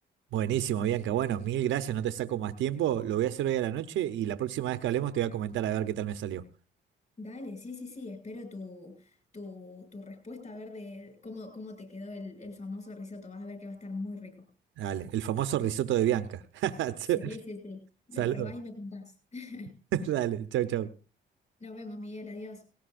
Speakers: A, on the right (about 75°); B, on the left (about 35°).
A: Buenísimo, Bianca. Bueno, mil gracias, no te saco más tiempo. Lo voy a hacer hoy a la noche y la próxima vez que hablemos te voy a comentar a ver qué tal me salió.
B: Dale, sí, sí, sí, espero tu, tu, tu respuesta a ver de cómo, cómo te quedó el, el famoso risotto. Vas a ver que va a estar muy rico.
A: Dale, el famoso risotto de Bianca. <laughs>
B: Sí, sí, sí. Lo
A: Saludos.
B: probás y me contás. <laughs>
A: <laughs> Dale, chau, chau.
B: Nos vemos, Miguel, adiós.